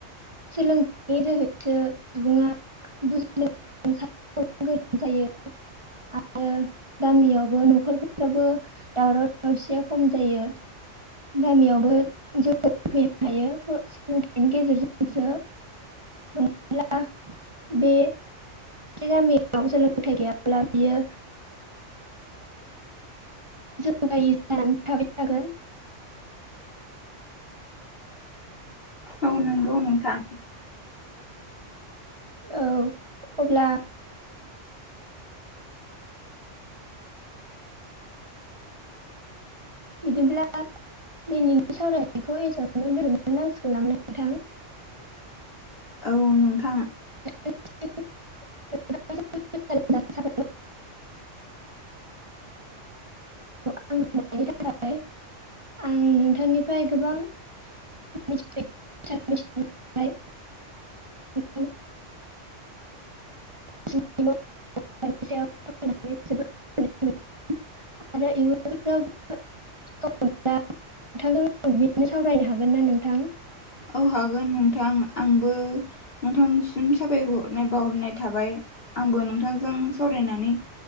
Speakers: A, on the right; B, on the left.
A: सोलोंथाइनि जोहैसो सुबुङा बुजिनो गोरों साननो गोरों जायो आरो गामियावबो न'खरफोरावबो दावराव दावसिया खम जायो गामियावबो जौगा फैनो हायो सोलोंथाइनि गेजेरजोंसो नङाब्ला बे गामियाव सोलोंथाइ गैयाब्ला बियो जौगायि जानानै थाबाय थागोन
B: औ नंगौ नोंथां
A: औ अब्ला बिदिब्ला दिनैनि सावरायनायखौ एसेयावनो दोनथ'नो नांसिगोन नामा नोंथां
B: औ नोंथां
A: <unintelligible> थाखाय आं नोंथांनिफ्राय गोबां मिथिफेरै बाथ्रा मिथिनो मोनबाय सायाव सावरायनानै जोबोद गोजोननाय मोनबाय आरो इयुनावबो सम मोनब्ला नोंथांजों आं बिदिनो सावरायनो हागोन ना नोंथां
B: औ हागोन नोंथां आंबो नोंथांनिसिम सााबायखर हरनाय बावहरनाय थाबाय आंबो नोंथांजों सावरायनानै